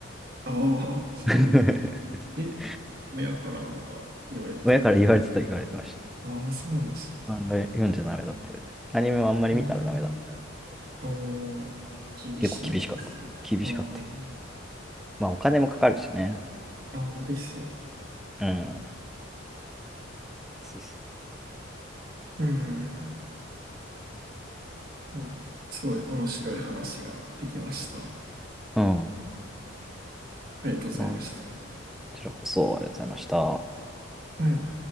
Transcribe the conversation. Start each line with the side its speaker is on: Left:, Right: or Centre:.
Right: ああ、そうなん。
Centre: <laughs>
Right: え、親からなんか言われたとか。
Centre: 親から言われてた言われてました。
Right: ああ、そうなんですね。
Centre: 漫画読んじゃダメだって言われて。アニメもあんまり見たらダメだって言われて。
Right: うんああ、厳しめですね。
Centre: 結構厳しかった。厳しかった。
Right: あー
Centre: まあお金もかかるしね。
Right: あー、ああですよね。
Centre: うん。そうそ
Right: うん。まあ、すごい面白い話ができました。あ
Centre: うん。
Right: りがとうございまし
Centre: まあ、こちらこそありがとうございました。
Right: た。はい。